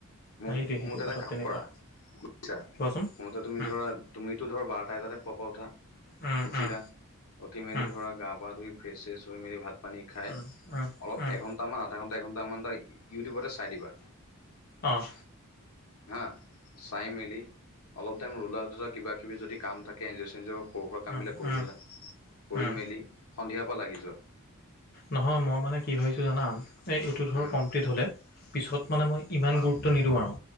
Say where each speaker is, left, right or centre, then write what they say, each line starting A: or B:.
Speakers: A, on the left; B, on the left.
A: মোৰ-মোৰ
B: সেইটোৱে সেইটোৱে
A: মতে
B: কথাত
A: এটা কাম
B: তেনেকুৱা
A: কৰা। বুজছা,
B: কোৱাচোন
A: মোৰ মতে তুমি
B: উম
A: ধৰা তুমিতো ধৰা বাৰটা এটাতে সুৱাৰ পৰা উঠা।
B: উম
A: উঠিলা,
B: উম
A: উঠি মেলি
B: উম
A: ধৰা গা পা ধুই ফ্ৰেচ-চেছ হৈ মেলি ভাত পানী খায়,
B: উম, উম,
A: অলপ
B: উম,
A: এঘণ্টামান আধা ঘণ্টা, এঘণ্টামান তই ইউটিউবতে চাই দিবা।
B: অহ।
A: হা! চাই মেলি অলপ টাইম লোলা যোজা কিব কিবি যদি কাম থাকে এঞ্জজিঅ'-চেঞ্জজিঅ' সৰু সুৰা কামবিলাক
B: উম,
A: কৰি
B: উম,
A: ল'লা, কৰি
B: উম,
A: মেলি সন্ধিয়াৰ পৰা লাগি যোৱা।
B: নহয় মই মানে কি ভাবিছোঁ জানা এইটো ধৰ
A: উম
B: কমপ্লিট হ'লে পিছত মানে মই ইমান
A: অ'।
B: গুৰুত্ব নিদিওঁ আৰু